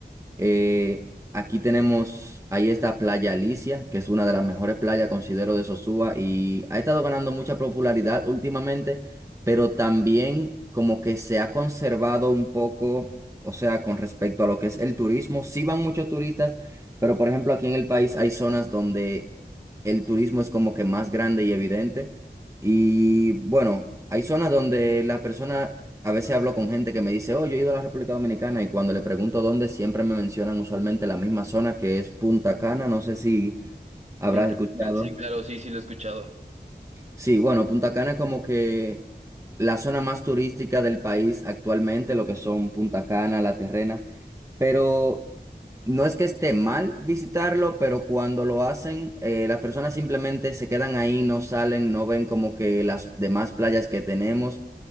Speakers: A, on the right (about 15°); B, on the right (about 40°).
A: Eh, aquí tenemos, ahí está Playa Alicia, que es una de las mejores playas, considero, de Sosúa y ha estado ganando mucha popularidad últimamente, pero también como que se ha conservado un poco, o sea, con respecto a lo que es el turismo. Sí van muchos turistas, pero por ejemplo aquí en el país hay zonas donde el turismo es como que más grande y evidente. Y bueno, hay zonas donde las personas, a veces hablo con gente que me dice, oh, yo he ido a la República Dominicana y cuando le pregunto dónde, siempre me mencionan usualmente la misma zona que es Punta Cana, no sé si habrás
B: Punta
A: escuchado.
B: Cana, sí, claro, sí, sí, lo he escuchado.
A: Sí, bueno, Punta Cana es como que la zona más turística del país actualmente, lo que son Punta Cana, La Terrena, pero no es que esté mal visitarlo, pero cuando lo hacen, eh, las personas simplemente se quedan ahí, no salen, no ven como que las demás playas que tenemos.